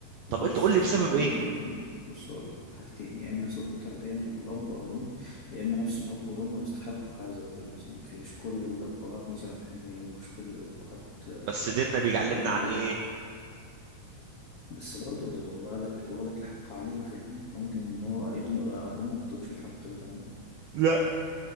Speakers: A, on the right (about 85°); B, on the left (about 80°).
A: طب
B: بص
A: انت قول لي
B: بص
A: بسبب
B: اه
A: ايه
B: ممكن يكون بص أقول لك حاجتين يا إما سوء تربية من الأب أو الأم يا إما نفس الأب والأم يستحقوا حاجة زي كده مثلا في مش كل الأبهات مثلا حنينين ومش كل الأبهات آه،
A: بس ديننا بيعلمنا
B: ولا
A: عن
B: حاجة
A: ايه
B: بس برضه ولدك ولدك يحق عليك فاهم ممكن إن هو ابنه أو أبوه ما ادوش الحق ده تمام
A: لا